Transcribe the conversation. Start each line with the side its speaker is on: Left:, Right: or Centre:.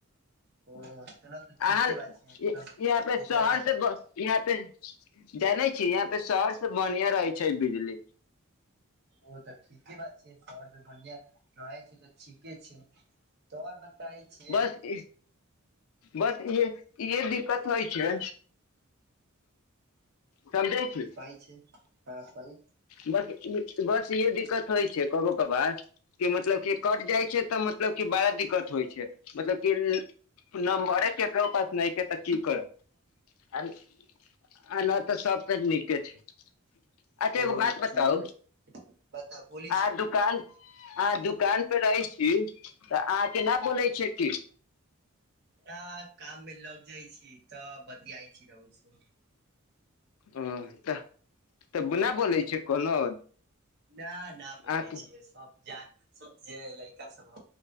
Right: ओ चलऽ तऽ
Left: अ
Right: ठीके बात छै
Left: यहाँ
Right: तब
Left: पे
Right: इतना
Left: शहर
Right: दिक्कत
Left: से यहाँ पे जानै छीयै यहाँ पे शहर से बढ़िआं रहै छै बिजली
Right: ओ तऽ ठीके बात छै शहर से बढ़िआ रहै छै तऽ ठीके छै तोर ब कहइ छियै
Left: बस इ- बस इहे दिक्कत होइ छै समझै छी
Right: कहइ छै हँ कहि
Left: बस बस इहे दिक्कत होइ छै कबो कभार कि मतलब क कट जाइ छै तऽ मत मतलब क बड़ा दिक्कत होइ छै मतलब कि न मरे केकर पास नहि के तऽ की करै आ नहि तऽ सबके नीके छै अच्छा
Right: ओ
Left: एगो बात बताउ
Right: चली तऽ बता बोली
Left: आहा
Right: छै बोली
Left: दुकान आहा दुकान पे रहै छी तऽ अहाँ के न बोलै छिय की
Right: न काम मे लग जाइ छी तऽ बतियाइ छी रहु से
Left: ओ तऽ तऽना बोलै छै कोनो
Right: न न बोलै
Left: अहाँके
Right: छिय सब जान सब जे लै सब